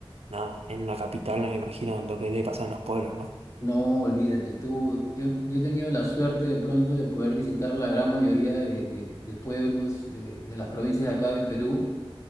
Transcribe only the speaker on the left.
No, olvídate, tú, yo, yo he tenido la suerte de pronto de poder visitar la gran mayoría de, de- de pueblos de, de las provincias de acá de Perú